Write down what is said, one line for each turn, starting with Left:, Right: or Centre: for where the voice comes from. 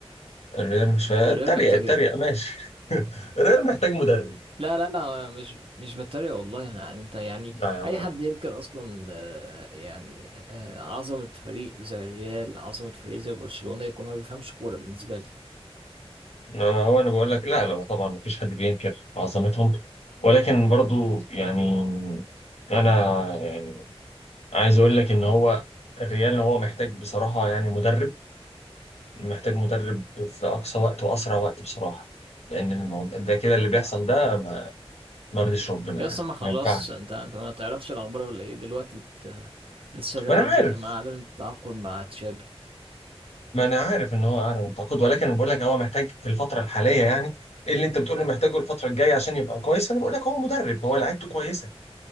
Left: الريال مش فا-
Right: الريال
Left: اتريق
Right: محتاج
Left: اتريق
Right: ايه
Left: ماشي <laughs> الريال محتاج مدرب
Right: لا لا لا انا مش مش بتريق والله انا يعني انت يعني
Left: لا يعني
Right: اي حد ينكر اصلا آه، يعني آه، عظمة فريق زي الريال عظمة فريق زي برشلونة يكون ما بيفهمش كورة بالنسبة لي
Left: أنا- هو انا بقول لك لا لا طبعا ما فيش حد بينكر عظمتهم ولكن برضو يعني انا يعني عايز اقول لك ان هو الريال هو محتاج بصراحه يعني مدرب محتاج مدرب في أقصى وقت وأسرع وقت بصراحة لأن الموضوع ده كده اللي بيحصل ده ما ما يرضيش ربنا
Right: يا اصلا
Left: يعني
Right: ما خلاص
Left: ما ينفعش
Right: انت انت ما تعرفش الاخبار ولا ايه دلوقتي ت- لسه ريال
Left: ما أنا
Right: مدريد
Left: عارف
Right: ما اعلن التعاقد مع تشابي
Left: ما أنا عارف إن هو أعلى من التعاقد ولكن أنا بقول لك هو محتاج في الفترة الحالية يعني إيه اللي أنت بتقول له محتاجه الفترة الجاية عشان يبقى كويس أنا بقول لك هو مدرب هو لعيبته كويسة